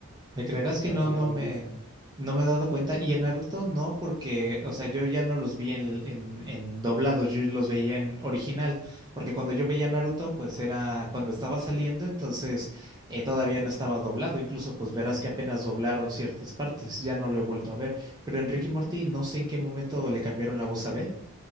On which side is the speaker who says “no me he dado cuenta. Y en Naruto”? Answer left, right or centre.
Right